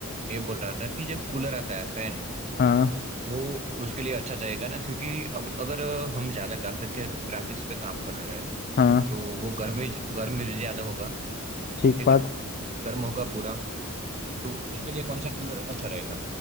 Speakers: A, on the right; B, on the left.
A: ये बोल रहा था कि जो कूलर आता है फैन
B: हाँ
A: वो उसके लिए अच्छा चाहिएगा ना क्योंकि अब अगर अ, हम ज्यादा ग्राफिक ग्राफिक्स पे काम कर रहे हैं
B: हाँ
A: तो वो गर्म ही गर्म भी ज्यादा होगा
B: ठीक
A: ठीक
B: बात
A: है गर्म होगा पूरा तो उसके लिए कौन सा कूलर अच्छा रहेगा